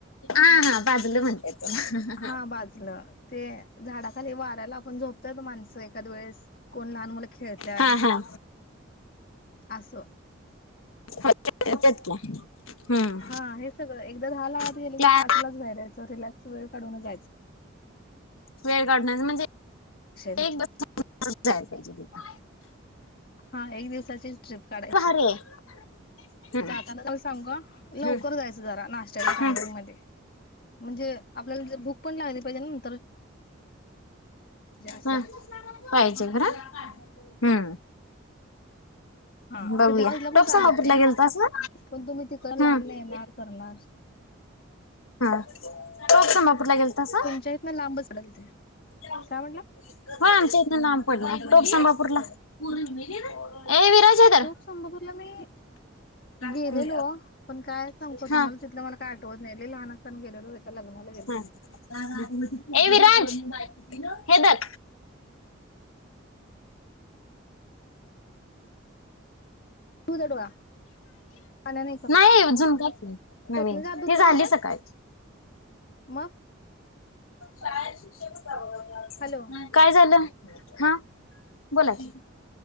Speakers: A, on the left; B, on the left.
A: आ हा बाजलं म्हणत्यात. त्याला
B: हा बाजलं ते झाडाखाली वाऱ्याला आपण झोपतात माणसं एखाद वेळेस कोण लहान मुलं खेळत्यात.
A: हा हा हा
B: आसं.
A: <inaudible> हम्म
B: हा हे सगळं एकदा दहाला आात गेलं
A: त्या
B: की पाचलाच बाहेरयचं रिलॅक्स स वेळ काढूनच जायच.
A: वेळ काढण्याच म्हणजे
B: तिथे
A: एक <unintelligible> जायाय पाहिजे तिथ.
B: हा एक दिवसाचीच ट्रिप काढायची
A: भारी आहे हम्म
B: जाताना जरा सांगा लवकर
A: हम्म
B: जायचं जरा नष्ट्याच्या
A: हम्म
B: टायमिंग मध्ये म्हणजे आपल्याला जर भुक पण लागली पाहिजे न असं.
A: हा पाहिजे खर. हम्म.
B: हा
A: बघूया
B: ते दहा वाजला पण
A: टोप
B: चाल
A: संभापूरला
B: होते
A: गेलतास ना
B: पण तुम्ही तिकड
A: हम्म
B: लांबन येणार करणार.
A: हा टॉफ संंबापूरला गेलतासा
B: तुमच्या इथन लांबच पडल ते.
A: हां
B: काय म्हटला?
A: आमच्या इतन लांब पडनार टॉफ संबापूर. <inaudible> ए विराज हे धर
B: टोक संबपूरला मी गेलेलो
A: हम्
B: पण काय सांगतो
A: हा.
B: तुम्हाला तिथलं मला काय आठवत नाही लय लहान असताना गेलेलो एका लग्नाला गेलेलो.
A: हा ए विराज. हे धर.
B: धुजा डोळा पाण्याने हे करतो
A: नाही अजून काहीच नाही,
B: चटणीचा
A: नवीन.
B: हात धुतला
A: झाली
B: नव्हतास
A: सकाळी.
B: मग
A: शाळेत शिक्षक.
B: हॅलो
A: काय झालं? हा बोला कि.